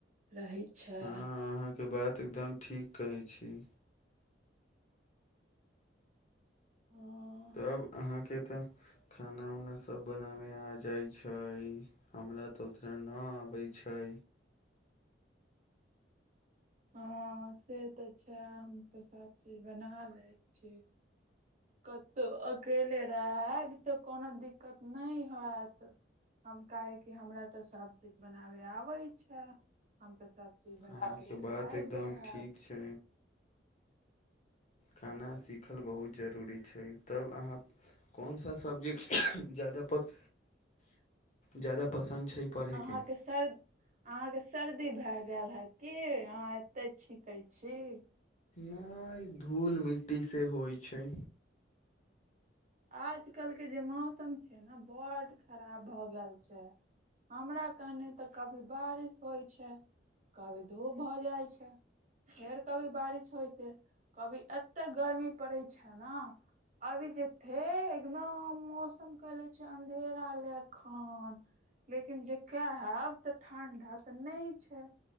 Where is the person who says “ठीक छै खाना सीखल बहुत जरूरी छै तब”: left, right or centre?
Left